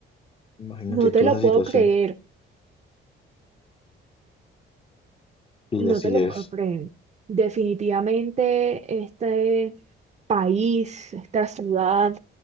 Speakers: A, on the left; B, on the right.
A: Imagínate
B: No
A: tú
B: te lo
A: esa
B: puedo
A: situación.
B: creer.
A: Y
B: No
A: así
B: te lo
A: es.
B: puedo creer. Definitivamente este país, esta ciudad,